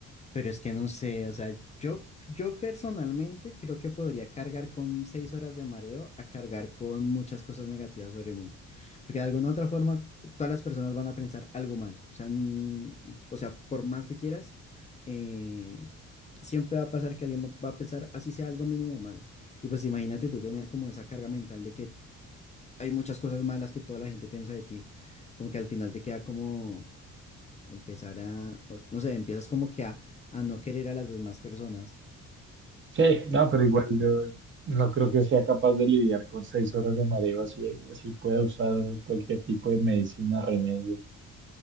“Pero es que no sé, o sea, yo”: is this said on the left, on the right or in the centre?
Left